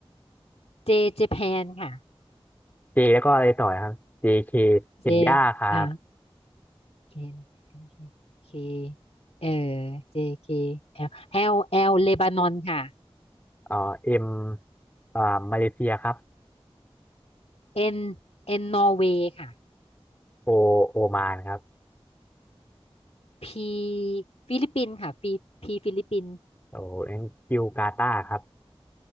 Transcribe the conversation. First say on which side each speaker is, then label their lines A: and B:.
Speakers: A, on the left; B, on the left.
A: J ญี่ปุ่นค่ะ
B: J แล้วก็อะไรต่อครับ JK เคเคนยาครับ
A: J อ่า เคนโอเคเคเออ J K L L L เลบานอนค่ะ
B: เอ่อ M อ่ามาเลเซียครับ
A: N N นอร์เวย์ค่ะ
B: O โอมานครับ
A: P ฟิลิปปินส์ค่ะ P P ฟิลิปปินส์
B: โอ้แองกิวกาตาครับ